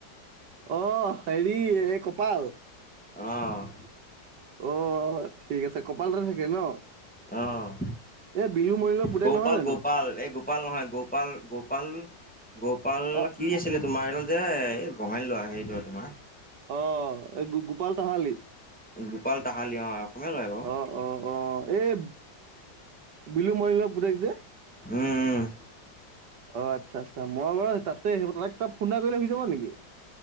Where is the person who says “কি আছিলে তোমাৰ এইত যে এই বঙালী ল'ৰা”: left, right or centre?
Centre